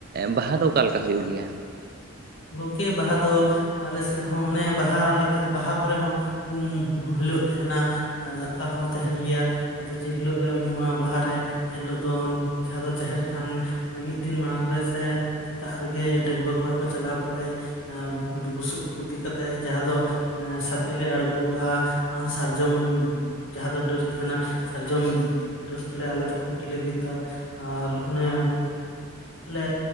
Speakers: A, on the right; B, on the left.
A: ᱵᱟᱦᱟ ᱫᱚ ᱚᱠᱟᱞᱮᱠᱟ ᱦᱩᱭᱩᱜ ᱜᱮᱭᱟ
B: ᱜᱚᱢᱠᱮ ᱵᱟᱦᱟ ᱫᱚ ᱟᱞᱮ ᱥᱮᱫ ᱦᱚᱸ ᱚᱱᱮ ᱵᱟᱦᱟ ᱞᱮᱠᱟ ᱵᱟᱦᱟ ᱠᱚᱨᱮ ᱦᱚᱸ ᱩᱢ ᱦᱤᱞᱟᱹᱜ ᱛᱟᱦᱮᱱᱟ ᱫᱟᱠᱟ ᱦᱚᱸ ᱛᱟᱦᱮᱱ ᱜᱮᱭᱟ ᱟᱫᱚ ᱡᱮᱦᱤᱞᱳᱜ ᱞᱮ ᱩᱢᱩᱜᱼᱟ ᱵᱟᱦᱟᱨᱮ ᱮᱱᱦᱤᱞᱳᱜ ᱫᱚ ᱡᱟᱦᱟᱸ ᱫᱚ ᱡᱟᱦᱮᱨ ᱛᱷᱟᱱ ᱢᱤᱫ ᱫᱤᱱ ᱢᱟᱲᱟᱝ ᱨᱮ ᱥᱮ ᱥᱮᱛᱟᱜ ᱨᱮᱜᱮ ᱰᱟᱺᱣᱟᱹ ᱠᱚᱲᱟ ᱠᱚ ᱠᱚ ᱪᱟᱞᱟᱣ ᱠᱟᱛᱮᱜ ᱵᱩᱥᱩᱵ ᱠᱚ ᱤᱫᱤ ᱠᱟᱛᱮᱜ ᱡᱟᱦᱟᱸ ᱫᱚ ᱥᱟᱛᱮ ᱞᱮ ᱟᱬᱜᱚᱜᱼᱟ ᱚᱱᱟ ᱦᱚᱸ ᱥᱟᱨᱡᱚᱢ ᱡᱟᱦᱟᱸ ᱫᱚ ᱰᱟᱹᱨ ᱛᱟᱦᱮᱱᱟ ᱥᱟᱨᱡᱚᱢ ᱰᱟᱹᱨ ᱛᱮᱞᱮ ᱟᱞᱮ ᱫᱚ ᱠᱷᱩᱱᱴᱤ ᱞᱮ ᱵᱤᱫᱟ ᱾ ᱟᱨ ᱚᱱᱮ ᱟᱞᱮ